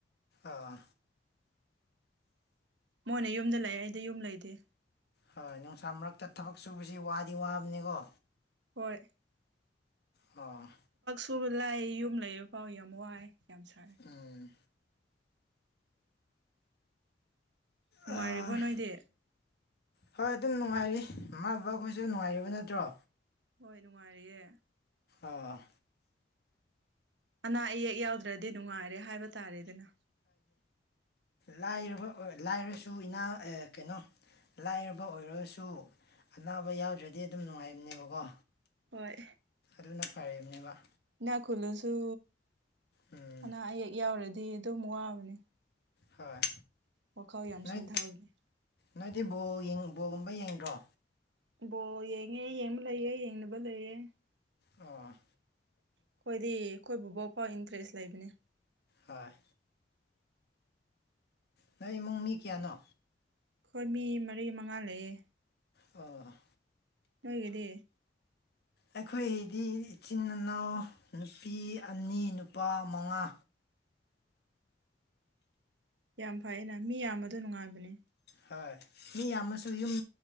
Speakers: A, on the left; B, on the right.
A: ꯑꯥ
B: ꯃꯣꯏꯅ ꯌꯨꯝꯗ ꯂꯩꯑꯦ ꯑꯩꯗꯤ ꯌꯨꯝ ꯂꯩꯇꯦ
A: ꯍꯣꯏ ꯅꯨꯡꯁꯥ ꯃꯔꯛꯇ ꯊꯕꯛ ꯁꯨꯕꯁꯤ ꯋꯥꯗꯤ ꯋꯥꯕꯅꯤꯀꯣ
B: ꯍꯣꯏ
A: ꯑꯣ
B: ꯁ ꯂꯥꯛꯑ ꯌꯨꯝ ꯂꯩꯕ ꯄꯥꯎ ꯌꯥꯝ ꯋꯥꯏ ꯌꯥꯝ ꯁꯔꯦ
A: ꯎꯝ
B: ꯅꯨꯡꯉꯥꯏꯔꯤꯕꯣ
A: ꯑꯥ
B: ꯅꯣꯏꯗꯤ
A: ꯍꯣꯏ ꯑꯗꯨꯝ ꯅꯨꯡꯉꯥꯏꯔꯤ ꯃꯃꯥ ꯕꯕꯥꯈꯣꯏꯁꯨ ꯅꯨꯡꯉꯥꯏꯔꯤꯕ ꯅꯠꯇ꯭ꯔꯣ
B: ꯍꯣꯏ ꯅꯨꯡꯉꯥꯏꯔꯤꯌꯦ
A: ꯑꯣ
B: ꯑꯅꯥ ꯑꯌꯦꯛ ꯌꯥꯎꯗ꯭ꯔꯗꯤ ꯅꯨꯡꯉꯥꯏꯔꯦ ꯍꯥꯏꯕ ꯇꯥꯔꯦꯗꯅ
A: ꯂꯥꯏꯔꯕ ꯂꯥꯏꯔꯁꯨ ꯏꯅꯥ ꯀꯩꯅꯣ ꯂꯥꯏꯔꯕ ꯑꯣꯏꯔꯒꯁꯨ ꯑꯅꯥꯕ ꯌꯥꯎꯗ꯭ꯔꯗꯤ ꯑꯗꯨꯝ ꯅꯨꯡꯉꯥꯏꯕꯅꯦꯕꯀꯣ
B: ꯍꯣꯏ
A: ꯑꯗꯨꯅ ꯐꯅꯦꯕ
B: ꯏꯅꯥ ꯈꯨꯨꯜꯂꯁꯨ
A: ꯎꯝ
B: ꯑꯅꯥ ꯑꯌꯦꯛ ꯌꯥꯎꯔꯗꯤ ꯑꯗꯨꯝ ꯋꯥꯕꯅꯦ
A: ꯍꯣꯏ
B: ꯋꯥꯈꯜ ꯌꯥꯝ
A: ꯅꯣꯏ
B: ꯁꯣꯟꯊꯕꯅꯦ
A: ꯅꯣꯏꯗꯤ ꯕ ꯕꯣꯒꯨꯝꯕ ꯌꯦꯡꯗ꯭ꯔꯣ
B: ꯕꯣ ꯌꯦꯡꯉꯦ ꯌꯦꯡꯕ ꯂꯩꯌꯦꯦ ꯌꯦꯡꯅꯕ ꯂꯩꯌꯦꯦ
A: ꯑ
B: ꯑꯩꯈꯣꯏꯗꯤ ꯑꯩꯈꯣꯏꯕꯨꯕꯥꯎ ꯐꯥꯎ ꯏꯟꯇꯔꯦꯁ ꯂꯩꯕꯅꯦ
A: ꯍꯣꯏ ꯅꯪ ꯏꯃꯨꯡ ꯃꯤ ꯀꯌꯥꯅꯣ
B: ꯑꯩꯈꯣꯏ ꯃꯤ ꯃꯔꯤ ꯃꯉꯥ ꯂꯩꯑꯦ
A: ꯑ
B: ꯅꯣꯏꯒꯦꯗꯤ
A: ꯑꯩꯈꯣꯏꯒꯤꯗꯤ ꯏꯆꯤꯟ ꯏꯅꯥꯎ ꯅꯨꯄꯤ ꯑꯅꯤ ꯅꯨꯄꯥ ꯃꯉꯥ
B: ꯌꯥꯝ ꯐꯩꯌꯦꯅ ꯃꯤ ꯌꯥꯝꯕꯗꯣ ꯅꯨꯡꯉꯥꯏꯕꯅꯦ
A: ꯍꯣꯏ ꯃꯤ ꯌꯥꯝꯃꯁꯨ ꯌꯨꯝ